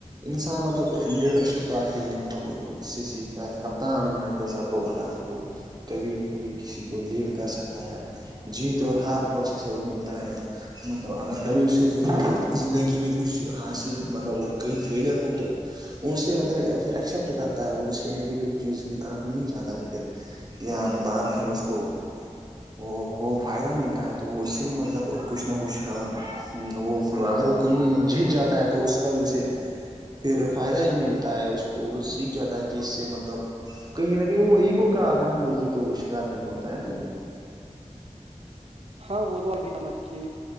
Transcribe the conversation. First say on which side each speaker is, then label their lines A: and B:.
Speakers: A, on the right; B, on the right.
A: انسان مطلب لیڈرشپ کوالٹی مطلب اس سے سیکھتا ہے کپتان میں جیسا آپ کو بولا کہ وہ کبھی نہ کبھی کسی کو لیڈ کر سکتا ہے جیت اور ہار کا اسی سبق ملتا ہے مطلب اگر کبھی اس کےی زندگی میں کچھ حاصل مطلب کہیں فیلیئر ہو تو وہ اسے مطلب پھر ایکسپٹ کرتا ہے وہ اس کی نگیٹو چیز کی طرف نہیں جاتا ہے پھر یا مطلب اگر ہم اس کو وہ ہو فائدہ ملتا ہے تو اس سے بھی مطلب کچھ نہ کچھ وہ اگر وہ کہیں جیت جاتا ہے تو تو اس کا بھی اسے پھر فائدہ ہی ملتا ہے اس کو وہ سیکھ جاتا ہے کہ اس سے مطلب کہیں نہ کہیں وہ ایگو کا اگر ہم دیکھیے تو وہ شکار نہیں ہوتا ہے نا جی
B: ہاں وہ تو ای بنا رھی